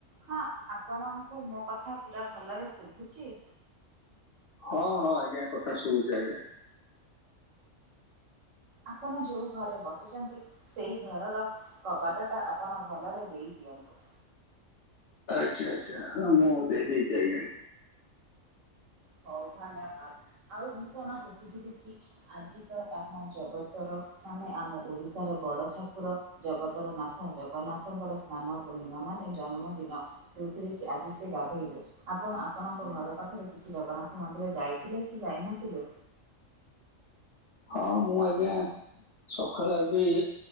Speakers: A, on the right; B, on the left.
A: ହଁ ଆପଣଙ୍କୁ ମୋ କଥା ପୁରା ଭଲରେ ଶୁଭୁଛି?
B: ହଁ ହଁ ଆଜ୍ଞା କଥା ଶୁବୁଛି ଆଜ୍ଞା।
A: ଆପଣ ଯୋଉ ଘରେ ବସିଛନ୍ତି ସେଇ ଘରର କବାଟ ଟା ଆପଣ ଭଲରେ ଦେଇ ଦିଅନ୍ତୁ।
B: ଆଚ୍ଛା ଆଚ୍ଛା ହଁ ମୁଁ ଦେଇ ଦେଇଛି ଆଜ୍ଞା।
A: ହଉ ଧନ୍ୟବାଦ ଆଉ ମୁଁ କଣ କହୁଥିଲି କି? ଆଜି ତ ଆମ ଜଗତର ମାନେ ଆମ ଓଡ଼ିଶାର ବଡ଼ ଠାକୁର। ଜଗତର ନାଥ ଜଗନ୍ନାଥଙ୍କର ସ୍ନାନ ପୂର୍ଣ୍ଣିମା ମାନେ ଜନ୍ମଦିନ। ଯୋଉଥିରେକି ଆଜି ସେ ଗାଧେଇବେ ଆପଣ ଆପଣଙ୍କ ଘର ପାଖରେ କିଛି ଜଗନ୍ନାଥ ମନ୍ଦିର ଯାଇଥିଲେ କି ଯାଇନଥିଲେ?
B: ହଁ ମୁଁ ଆଜ୍ଞା ସକାଳେ ଆଜି